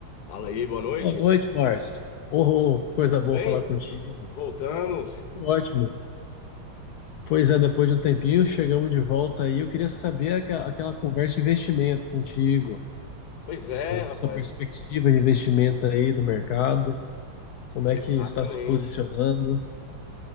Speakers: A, on the left (about 65°); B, on the left (about 85°).
A: Fala aí, boa noite.
B: Boa noite, Márcia. Oh, coisa
A: Tudo
B: boa
A: bem?
B: falar contigo.
A: Voltamos.
B: Tudo ótimo. Pois é, depois de um tempinho, chegamos de volta aí. Eu queria saber aqua- aquela conversa de investimento contigo,
A: Pois é, rapaz.
B: sua perspectiva de investimento aí do mercado, como é
A: Exatamente.
B: que está se posicionando.